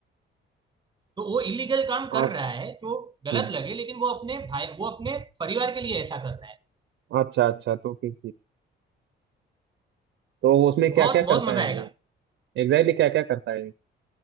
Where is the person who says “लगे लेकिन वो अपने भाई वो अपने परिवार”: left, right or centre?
Right